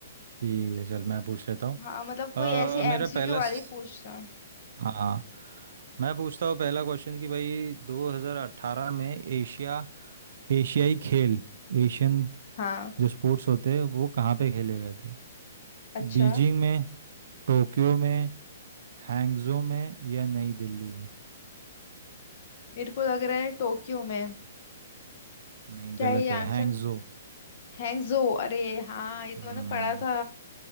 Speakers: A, on the right (about 60°); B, on the left (about 50°).
A: ठीक है चल मैं पूछ लेता हूँ
B: हाँ मतलब कोई
A: अ,
B: ऐसे
A: मेरा
B: एमसीक्यू
A: पहला
B: वाले
A: स-
B: पूछना
A: हाँ मैं पूछता हूँ पहला क्वेश्चन कि भाई 2018 में एशिया एशियाई खेल एशियन
B: हाँ
A: जो स्पोर्ट्स होते हैं वो कहाँ पे खेले गए थे
B: अच्छा
A: बीजिंग में टोक्यो में हैंगजो में या नई दिल्ली में
B: मेरे को लग रहा है टोक्यो में
A: नहीं
B: क्या
A: गलत
B: ये
A: है
B: आंसर
A: हैंगजो
B: हैंगजो अरे हाँ ये तो
A: हम्म
B: मैंने पढ़ा था